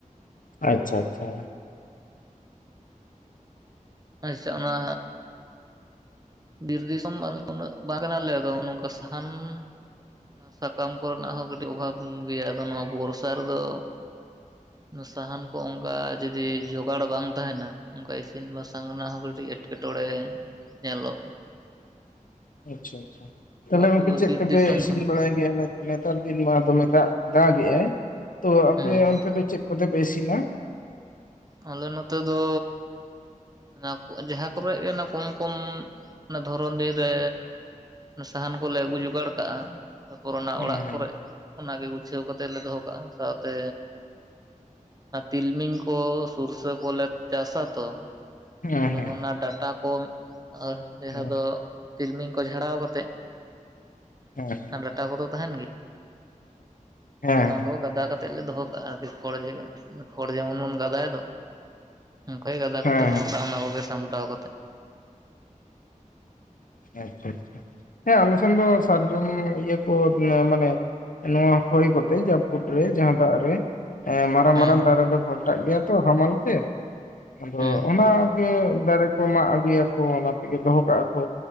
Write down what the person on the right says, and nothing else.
ᱟᱪᱷᱟ ᱚᱱᱟ ᱵᱤᱨ ᱫᱤᱥᱚᱢ ᱟᱞᱮ ᱩᱱᱟᱹᱜ ᱵᱟᱝ ᱠᱟᱱᱟᱞᱮ ᱟᱫᱚ ᱚᱱ ᱚᱝᱠᱟ ᱥᱟᱦᱟᱱ ᱚᱱᱟ ᱥᱟ ᱥᱟᱠᱟᱢ ᱠᱚᱨᱮᱱᱟᱜ ᱦᱚᱸ ᱠᱟᱹᱴᱤᱡ ᱚᱵᱷᱟᱵᱽ ᱜᱮᱭᱟ ᱟᱫᱚ ᱱᱚᱣᱟ ᱵᱷᱚᱨᱥᱟ ᱨᱮᱫᱚ ᱥᱟᱦᱟᱱ ᱠᱚ ᱚᱝᱠᱟ ᱡᱩᱫᱤ ᱡᱚᱜᱟᱲ ᱵᱟᱝ ᱛᱟᱦᱮᱱᱟ᱾ ᱚᱝᱠᱟ ᱤᱥᱤᱱ ᱵᱟᱥᱟᱝ ᱨᱮᱱᱟᱜ ᱦᱚᱸ ᱠᱟᱹᱴᱤᱡ ᱮᱴᱠᱮᱴᱚᱬᱮ ᱧᱮᱞᱚᱜ
ᱟᱫᱚ
ᱟᱯᱮ
ᱫᱚ
ᱵᱤᱨ
ᱫᱤᱥᱚᱢ
ᱠᱟᱱᱟ ᱯᱮ
ᱦᱮᱸ ᱦᱮᱸ
ᱟᱞᱮ ᱱᱚᱛᱮ ᱫᱚ ᱚᱱᱟ ᱠᱩ ᱡᱟᱦᱟᱸ ᱠᱚᱨᱮ ᱜᱮ ᱚᱱᱟ ᱠᱚᱢ ᱠᱚᱢ ᱚᱱᱟ ᱫᱷᱚᱨᱚᱱ ᱫᱤᱱ ᱨᱮ ᱥᱟᱦᱟᱱ ᱠᱚᱞᱮ ᱟᱹᱜᱩ ᱡᱚᱜᱟᱲ ᱠᱟᱜᱼᱟ ᱛᱟᱯᱚᱨ ᱚᱱᱟ
ᱚᱲᱟᱜ ᱠᱚᱨᱮ ᱚᱱᱟ ᱜᱮ ᱜᱩᱪᱷᱟᱹᱣ ᱠᱟᱛ, ᱛᱮ ᱞᱮ ᱫᱚᱦᱚ ᱠᱟᱜᱼᱟ, ᱥᱟᱣᱛᱮ ᱟᱨ ᱛᱤᱞᱢᱤᱧ ᱠᱚ ᱥᱩᱨᱥᱟᱹ ᱠᱚᱞᱮ ᱪᱟᱥᱟ ᱛᱚ᱾
ᱟᱫᱚ
ᱚᱱᱟ ᱰᱟᱴᱟ ᱠᱚ ᱟ ᱡᱟᱦᱟᱸ
ᱫᱚ ᱛᱤᱞᱢᱤᱧ ᱠᱚ ᱡᱷᱟᱲᱟᱣ ᱠᱟᱛᱮᱜ
ᱚᱱᱟ ᱰᱟᱴᱟ ᱠᱚᱫᱚ ᱛᱟᱦᱮᱱ ᱜᱮ
ᱚᱱᱟ ᱠᱚᱫᱚ ᱜᱟᱫᱟ ᱠᱟᱛᱮ ᱠᱟᱛᱮᱫ ᱞᱮ ᱫᱚᱦᱚ ᱠᱟᱜᱼᱟ ᱟᱨᱠᱤ ᱠᱷᱚᱲ ᱡᱮ ᱠᱷᱚᱲ ᱡᱮᱢᱚᱱ ᱵᱚᱱ ᱜᱟᱫᱟᱭ ᱫᱚ᱾ ᱚᱝᱠᱟ ᱜᱮ ᱜᱟᱫᱟ
ᱠᱟᱛᱮ ᱫᱚᱦᱚ ᱠᱟᱜᱼᱟ ᱚᱱᱟ ᱠᱚᱜᱮ ᱥᱟᱢᱴᱟᱣ ᱠᱟᱛᱮᱜ
ᱦᱩᱸ
ᱦᱩᱸ